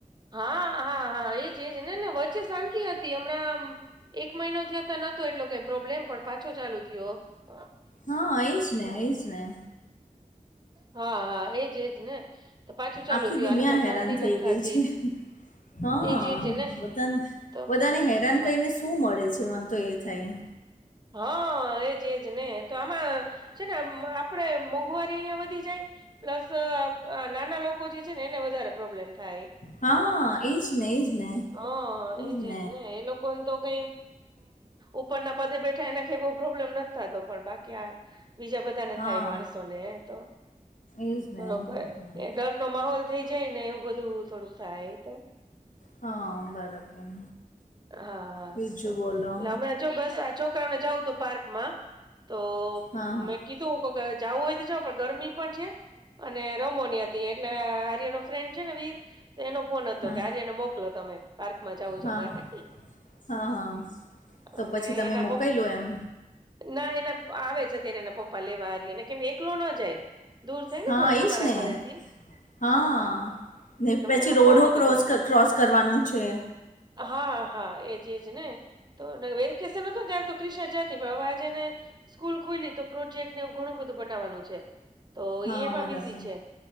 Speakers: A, on the right; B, on the left.
A: હા હા હા એજ એજ નેને વચ્ચે શાંતિ હતી. હમણાં એક મહિનો થતા નતો એટલો કઈ પ્રોબ્લેમ પણ પાછો ચાલુ થયો. અ,
B: હા એ જ નહ
A: ના
B: એ જ નહી.
A: હા હા એજ એજ ને તો પાછું ચાલુ
B: આખી
A: થયું
B: દુનિયા
A: આ લોકોને
B: હેરાન
A: શાંતિ ન
B: થઈ
A: થતી
B: ગઈ છે. હા
A: એજ એજ ને
B: બધાને
A: તો
B: બધાને હેરાન
A: હા
B: કરીને શું મળે છે મને તો એ થાય
A: હા એજ એજ ને તો આમાં છે ને આપડે મોંઘવારી અહિયાં વધી જાય. પ્લસ નાના લોકો જે છે ને એને વધારે પ્રોબ્લેમ થાય.
B: હા, એ જ ને, એ જ ને,
A: હા
B: એ
A: એજજ
B: જ
A: ને એ લોકો તો ક ઉપર ના પ બેઠા એને કે એવો પ્રોબ્લેમ નથી થતો પણ બાકી આ બીજા બધાને
B: હા,
A: થાય માણસો ને એ તો
B: એ જ ને,
A: થોડોક એ
B: જ ને.
A: ડર નો માહોલ થઈ જાય ને એવું બધું થોડુંક થાય તો
B: હા બરાબર
A: હા હા
B: બીજું
A: તોલે
B: બોલો.
A: હમણાં જો બસ આ છોકરાને જવું તું પાર્ક માં તો
B: હા, હા,
A: મેં કીધું જવું હોય તો પણ ગરમી પણ છે અને રમોની એટલે આર્યનો ફ્રેન્ડ છે ને વીર તો એનો ફોન હતો
B: હા,
A: કે આર્યને મોકલો તમે પાર્કમાં જાવું છે
B: હા,
A: મારે
B: હા હા તો
A: અને
B: પછી તમે
A: એના
B: મોકઈલ
A: પપ્પ
B: લો એમ
A: ના એના આવે છે તેના પપ્પા લેવા આર્યને કેમ એકલો ન જાય દૂર થઈ ને
B: હા,
A: થોડુંક
B: એ
A: અમારા
B: જ ને.
A: ઘરે થી
B: હા ને પછી
A: એનો
B: રોડો
A: ફોન હતો
B: ક્રોસ
A: કે
B: ક્રોસ કરવાનું છે
A: હા હા એજ એજ ને તો વે કેસે ન ત ક્રિષા જતી પણ હવે આજેને સ્કૂલ ખુલી તો પ્રોજેક્ટને એવું ઘણું બધું બનાવવાનું છે તો
B: હા
A: ઈ એમાં
B: બરાબર
A: બીઝી છે